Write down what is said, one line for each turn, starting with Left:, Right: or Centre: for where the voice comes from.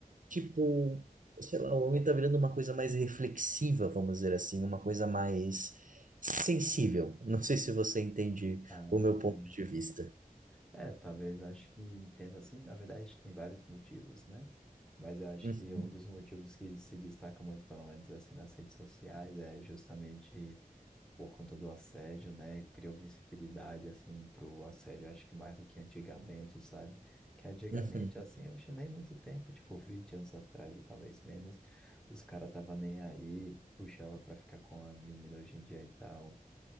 Right: tipo, sei lá, o homem tá virando uma coisa mais reflexiva, vamos dizer assim, uma coisa mais sensível. Não sei se você entende
Centre: Ah,
Right: o meu ponto
Centre: sim.
Right: de vista.
Centre: É, talvez eu acho que entenda assim. Na verdade, tem vários motivos, né? Mas eu
Right: <laughs>
Centre: acho
Right: Uhum,
Centre: que um dos motivos que se destaca muito, pelo menos assim, nas redes sociais, é justamente. por conta do assédio, né? Criou visibilidade, assim, pro assédio, acho que mais do que antigamente, sabe? Que antigamente,
Right: uhum,
Centre: assim, eu achei nem muito tempo, tipo, 20 anos atrás, ou talvez menos, os caras tava nem aí, puxava pra ficar com a menina hoje em dia e tal.